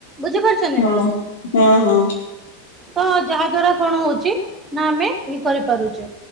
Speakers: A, on the right; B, on the left.
A: ବୁଝିପାରୁଚନ୍ତି
B: ହୁଁ
A: ନା?
B: ହୁଁ ହୁଁ।
A: ତ ଯାହା ଦ୍ଵାରା କଣ ହୋଉଚି ନା ଆମେ ଇଏ କରିପାରୁଚେ।